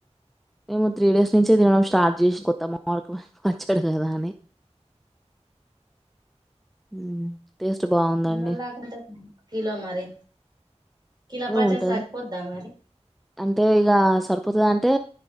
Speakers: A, in the centre; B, on the right (about 35°).
A: మేము త్రీ డేస్ నుంచే తినడం స్టార్ట్ చేసి కొత్తమావిడికాయ్ పచ్చడి కదా అని హ్మ్ టేస్ట్ బాగుందం
B: ఎలా ఉంటాది కిలో మరి కిలో
A: ఏ
B: పచ్చడి
A: ఉంటది
B: సరిపోద్ధా మరి.
A: అంటే ఇగ సరిపోతాదా అంటే